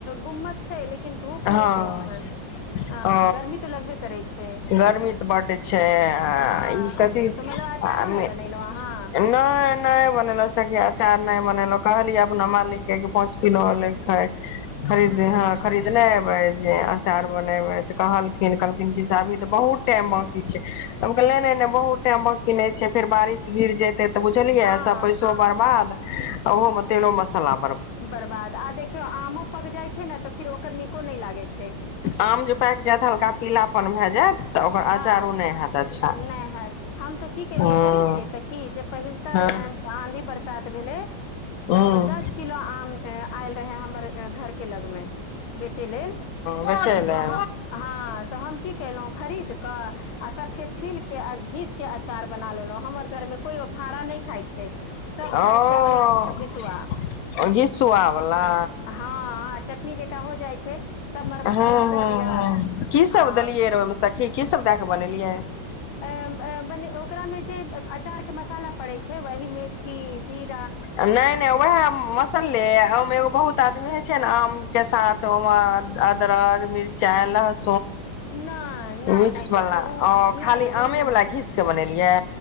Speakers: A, on the left; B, on the left.
A: गुम्मस छै लेकिन धूप
B: हँ
A: नहि छै ओहन ह
B: ओ
A: गर्मी तऽ लगबे करै छै
B: गर्मी तऽ बड्ड छै आ
A: हँ
B: ई कथी
A: तऽ मतलब अचारो
B: आमे
A: नहि बनेलहुँ अहाँ
B: नय नय बनेलो सखि अचार नय बनेलो कहलियै अपना मालिक के पांच किलो और ले के खायी खरीदने
A: हूँ
B: हँ खरीदने यैब आचार बनेबै तऽ कहलखिन कहलखिनसे अभी तऽ बहुत टाइम बाकी छै हम कहलिय नय नय नय बहुत टाइम बाकि नै छै फेर बारिश गिर जेते तऽ बुझलियै
A: हँ
B: सब पैसो बरबाद ओहो मे तेलो मसाला
A: बर्बाद आ देखियौ आमो पक जाइ छै ने तऽ फिर ओकर नीको नहि लागै छै
B: आम जे पाकि जायत हल्का पीलापन भए जायत तऽ ओकर
A: हँ
B: अचारो नहि हैत अच्छा
A: नहि हैत हम तऽ की केलियै
B: हँ
A: जानै छियै सखी जे पहिल तऽ
B: हँ
A: आँधी बरसात भेलै
B: हँ
A: तऽ दस किलो आम आयल रहे हमर घरके लगमे बेचै लेल
B: बेचै लए
A: तो हँ हाँ तऽ हम की केलहुँ खरीद के आ सबके छील के आ घीस के अचार बना लेलहुँ हमर घर मे कोयो फाड़ा नहि खाइ छैय सब खााय
B: ओ
A: छैय वही घिसवा।
B: घिसुआ वला
A: हँ हँ चटनी जेकाँ हो जाइ छैय सभ मर
B: हँ
A: मसाला दऽ
B: हँ
A: दिअ
B: हँ की
A: आ
B: सब देलियै र ओहिमे सखी की सब दए क बनेलियै?
A: अ अब ओकरामे जे अचार के मसाला पड़ैत छैय वही मेथी जीर
B: नय नय उएह मस्त सनलै ओहिमे एगो बहुत आदमी होइ छैय ने आमके साथ ओहिमे अदरक मिरचाइ लहसुन
A: नय नय
B: मिक्स
A: नय
B: वाला
A: सखी ओ
B: खाली
A: नय ओ
B: आमे
A: नय
B: वाला
A: हम बनबै
B: घीस
A: छी।
B: के बनेलियै